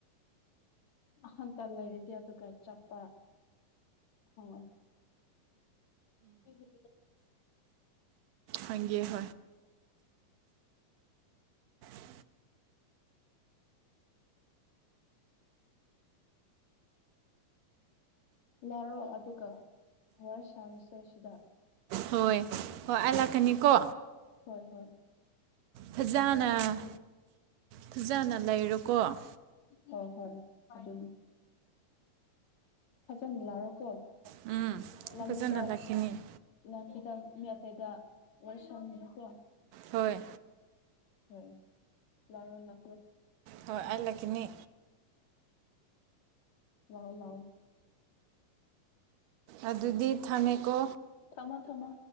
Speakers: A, on the left; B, on the right.
A: ꯍ ꯇꯂ ꯂꯩꯔꯗꯤ ꯑꯗꯨꯒ ꯆꯄ ꯍ ꯍꯗ
B: ꯍꯒꯦ <unintelligible> <inaudible>
A: ꯂꯥꯛꯔꯣ ꯑꯗꯨꯒ ꯍꯔ ꯁꯥꯔꯤꯁꯦ ꯁꯤꯗ
B: ꯍꯣꯏ ꯍꯣꯏ ꯑ ꯂꯥꯛꯀꯅꯤ ꯀꯣ
A: ꯍꯣꯏ ꯍꯣꯏ
B: ꯐꯖꯅ
A: ꯐꯔꯦ ꯑꯗꯨꯗꯤ
B: ꯐꯖꯅ ꯂꯩꯔꯣꯀꯣ
A: ꯍꯣꯏ ꯍꯣꯏ ꯑꯗꯨ ꯐꯖꯅ ꯂꯥꯔꯣ ꯀꯣ
B: ꯎꯝ
A: ꯂꯝꯕꯤꯗ
B: ꯐꯖꯅ ꯂꯥꯛꯀꯅꯤ
A: ꯂꯝꯕꯤꯗ ꯃꯤ ꯑꯇꯩꯗ ꯋꯥꯔꯤ ꯁꯪꯉꯤꯅꯤꯀꯣ
B: ꯍꯣꯏ
A: ꯍ ꯂꯥꯔ ꯂ
B: ꯍꯣꯏ ꯑ ꯂꯀꯅꯤ
A: ꯂꯑꯣ ꯂꯑꯣ
B: ꯑꯗꯨ ꯗꯗꯨꯙ ꯊꯃꯦꯀ
A: ꯊꯝꯃꯣ ꯊꯝꯃꯣ